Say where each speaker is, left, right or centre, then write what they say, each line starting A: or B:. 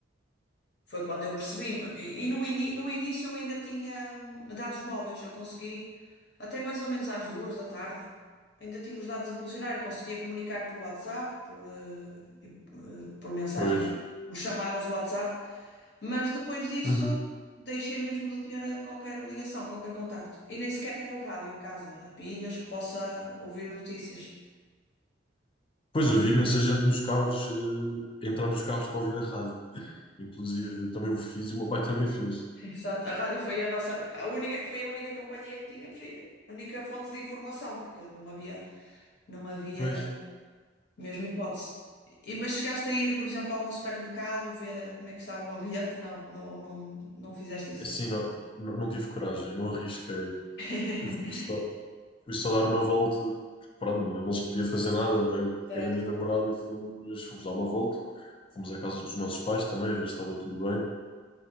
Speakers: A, on the left; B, on the left.
A: Foi quando eu percebi. ma- E e no, ini- no início eu ainda tinha hum, dados móveis. Eu consegui, até mais ou menos às duas da tarde, ainda tive os dados a funcionar e conseguia comunicar por WhatsApp, por, eh, e- eh, por mensagem,
B: pois.
A: por chamadas do WhatsApp. Mas depois disso
B: Uhum.
A: deixei mesmo de ter eh, qualquer ligação, qualquer contacto. E nem sequer tenho um rádio em casa, a pilhas, que possa ouvir notícias.
B: Pois, eu vi imensa gente nos carros, eh, entrar nos carros para ouvir a rádio. Inclusive,
A: Sim.
B: eu também o fiz e o meu pai também fez.
A: Exato, a rádio foi a nossa, a única, foi a única companhia que tínhamos, e a única fonte de informação, porque não havia, não havia
B: Pois,
A: mesmo hipótese. E, mas chegaste a ir, por exemplo, a algum supermercado ver eh, como é que estava o ambiente? Não, não, ou não, não fizeste isso.
B: Assim, não, não, não tive coragem, não arrisquei.
A: <laughs>
B: Eu fui só, fui só dar uma volta, porque pronto, não, não se podia fazer nada, não é?
A: Certo.
B: Peguei na minha namorada e fomos, fomos dar uma volta. Fomos à casa dos nossos pais também, a ver se estava tudo bem.